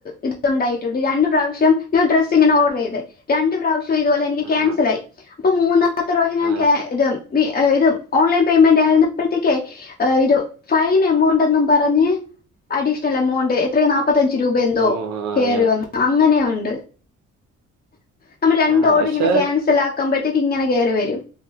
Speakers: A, on the left; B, on the right.
A: ഇത് ഉണ്ടായിട്ടുണ്ട് രണ്ട് പ്രാവശ്യം ഞാൻ ഡ്രസ്സ് ഇങ്ങനെ ഓർഡർ ചെയ്ത് രണ്ട് പ്രാവശ്യം ഇതു പോലെ എനിക്ക്
B: ആഹ്
A: കാൻസലായി അപ്പൊ മൂന്നാമത്തെ പ്രാവശ്യം
B: ആഹ് ആഹ്
A: ക്യാ ഇത് ഇത് ഓൺലൈൻ പേയ്മെന്റ് ആയിരുന്നപ്പോഴത്തേക്ക് ഇത് ഫൈൻ എമൗണ്ട്ന്നും പറഞ്ഞ് അഡീഷണൽ എമൗണ്ട് എത്രയോ നാപ്പത്തഞ്ച് രൂപ എന്തോ
B: ഓ!
A: കേറി
B: അങ്ങനെ
A: വന്നു അങ്ങനെയുണ്ട് നമ്മള് രണ്ട്
B: ആഹ്
A: ഓർഡർ
B: പക്ഷെ
A: ഇങ്ങനെ ക്യാൻസലാക്കുംപോഴത്തേക്ക് ഇങ്ങനെ കെറി വരും